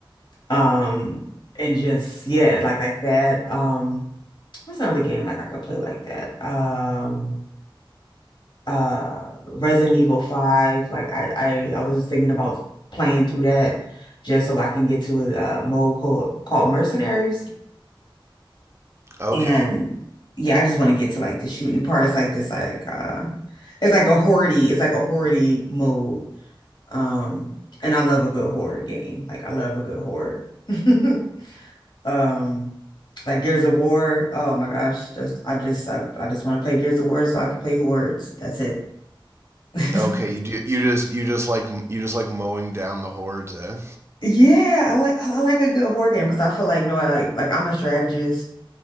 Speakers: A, on the left; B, on the right.
A: um, and just yeah, like like that. Um, what's another game like I could play like that? Um. uh Resident Evil 5. Like I, I I was thinking about playing through that just so I can get to a, uh mode called called Mercenaries.
B: Okay.
A: And yeah, I just want to get to like the shooting parts like this like uh it's like a hordy, it's like a hordy mode. Um and I love a good horror game. Like I love a good horror. <laughs> Um like Gears of War. Oh my gosh, just I just I, I just want to play Gears of War so I can play hordes. That's it. <laughs>
B: Okay, you do, you just you just like you just like mowing down the hordes, eh?
A: Yeah, I like I like a good horror game because I feel like you know I like like I'm a strategist,